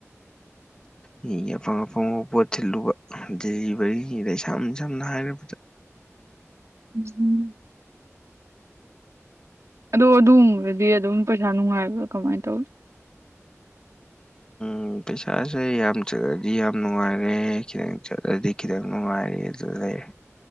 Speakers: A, on the right; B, on the left.
A: <inaudible>
B: ꯃꯤꯒꯤ ꯑꯐꯪ ꯑꯐꯪ ꯄꯣꯠ ꯊꯤꯜꯂꯨꯕ ꯗꯦꯂꯤꯚꯔꯤꯗ ꯏꯁꯝꯅ ꯁꯝꯅ ꯍꯥꯏꯔꯕꯗ
A: ꯎꯝ ꯑꯗꯣ ꯑꯗꯨꯒꯨꯝꯕꯗꯗꯤ ꯑꯗꯨꯝ ꯄꯩꯁꯥ ꯅꯨꯡꯉꯥꯏꯕ꯭ꯔꯥ ꯀꯃꯥꯏꯅ ꯇꯧꯔꯤ <inaudible>
B: ꯎꯝ ꯄꯩꯁꯥꯁꯦ ꯌꯥꯝ ꯆꯠꯂꯗꯤ ꯌꯥꯝ ꯅꯨꯡꯉꯥꯏꯔꯦ ꯈꯤꯇꯪ ꯆꯠꯂꯗꯤ ꯈꯤꯇꯪ ꯅꯨꯡꯉꯥꯏꯔꯦ ꯑꯗꯨ ꯂꯩꯔꯦ